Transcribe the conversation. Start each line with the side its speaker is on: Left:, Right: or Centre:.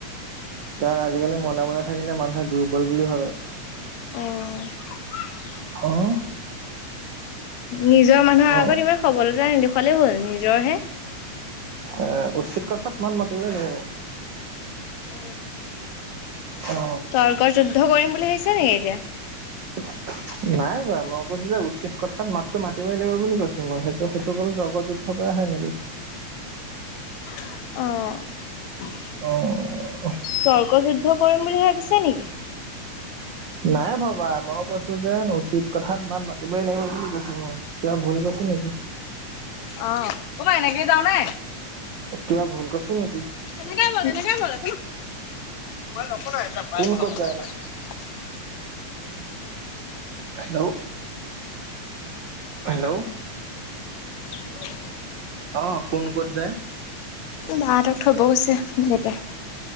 Right: কাৰণ আজিকালি মনে মনে থাকিলে মানুহে দুৰ্বল বুলি ভাবে।
Left: অ'
Right: অ'
Left: নিজৰ মানুহৰ
Right: অ
Left: আগত ইমান খবলতা নে দেখুৱালে হ'ল নিজৰ হে।
Right: এ উচিত কথাত মাত মাতিবই লাগিব।
Left: <unintelligible>
Right: অ
Left: তৰ্ক যুদ্ধ কৰিম বুলি ভাবিছ নেকি এতিয়া।
Right: <unintelligible> নাই কোৱা মই কৈছো, যে উচিত কথাত মাতো মাতিবই লাগিব বুলি কৈছো। মই সেইটো সেইটো ক'লে <unintelligible> কৰা হয় নেকি।
Left: আহ।
Right: অহ' হ।
Left: তৰ্ক যুদ্ধ কৰিম বুলি ভাবিছে নেকি?
Right: নাই ভবা মই কৈছো যে উচিত কথাত মাত মাতিবই লাগিব বুলি। ছ মই কিবা ভুল কৈছো নেকি?
Left: অ', কবা এনেকে যাওঁ নে?
Right: কিবা ভুল কৈছোঁ নেকি?
Left: তেনেকেই বল, তেনেকেই বল <unintelligible>
Right: কোন ক'ত যায় নো <unintelligible> হেল্ল', হেল্ল'।
Left: <inaudible>
Right: অ', কোন ক'ত যায়?
Left: বাহতক থব গৈছে দেউতাই।